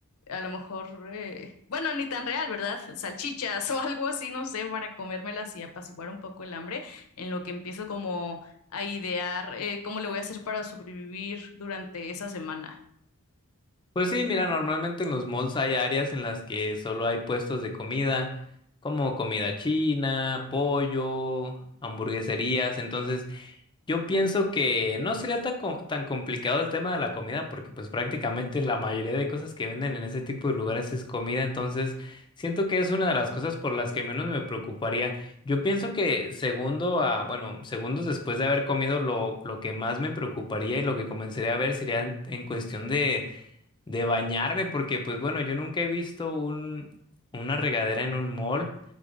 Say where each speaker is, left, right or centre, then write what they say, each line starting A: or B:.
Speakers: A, on the left (about 75°); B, on the left (about 20°).
A: A lo mejor, eh, bueno, ni tan real, ¿verdad? Salchichas <laughs> o algo así, no sé, para comérmelas y apaciguar un poco el hambre, en lo que empiezo como a idear eh, cómo le voy a hacer para sobrevivir durante esa semana.
B: Pues sí, mira, normalmente en los malls hay áreas en las que solo hay puestos de comida, como comida china, pollo, hamburgueserías. Entonces, yo pienso que no sería tan, co- tan complicado el tema de la comida, porque pues prácticamente la mayoría de cosas que venden en ese tipo de lugares es comida. Entonces, siento que es una de las cosas por las que menos me preocuparía. Yo pienso que segundo a, bueno, segundos después de haber comido, lo, lo que más me preocuparía y lo que comenzaría a ver sería en en cuestión de de bañarme, porque pues bueno, yo nunca he visto un, una regadera en un mall,